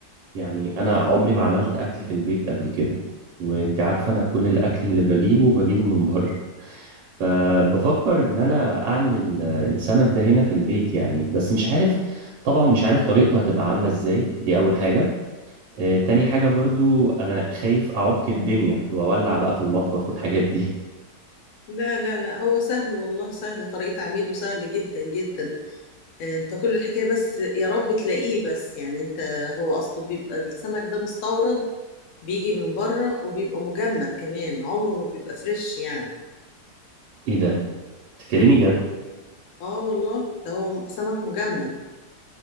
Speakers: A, on the right; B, on the left.
A: يعني انا عمري ما عملت اكل في البيت قبل كده وانت عارفة انا كل الاكل اللي بجيبه بجيبه من بره فبفكر
B: آه.
A: ان انا اعمل ال- السمك ده هنا في البيت يعني بس مش عارف طبعا مش عارف طريقته هتبقى عاملة ازاي دي اول حاجة آه، تاني حاجة برضو أنا خايف أعك الدنيا وأولع بقى في المطبخ والحاجات دي
B: لا لا لا هو سهل والله سهل طريقة عميله سهل جدا جدا آه، انت كل الحكاية بس يا رب تلاقيه بس يعني انت هو اصله بيبقى السمك ده مستورد بيجي من بره وبيبقى مجمد كمان عمره ما بيبقى فريش يعني
A: <laughs> إيه ده؟ بتتكلمي جد؟
B: اه والله ده هو سمك مجمد